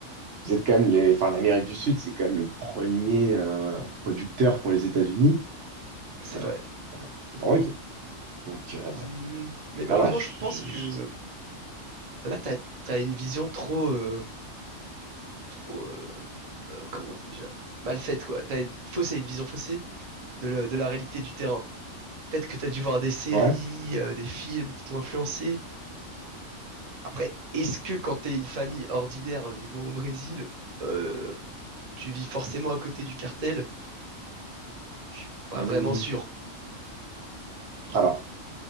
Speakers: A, on the right; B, on the right.
A: vous êtes quand même les, enfin, l'Amérique du Sud, c'est quand même le premier euh, producteur pour les États-Unis
B: c'est
A: euh,
B: vrai.
A: de drogue. Donc, euh,
B: Hmm, Mais malheureusement,
A: voilà. je-
B: je pense
A: je- je-
B: que là, t'as, t'as une vision trop, euh, trop, euh, euh, comment on dit déjà, mal faite, quoi. T'as une faussée, une vision faussée de la, de la réalité du terrain. Peut-être que t'as dû voir des séries,
A: Ouais.
B: euh, des films qui t'ont influencé. Après, est-ce que quand t'es une famille ordinaire vivant au Brésil, euh, tu vis forcément à côté du cartel? Je suis pas
A: Hmm.
B: vraiment sûr.
A: Alors,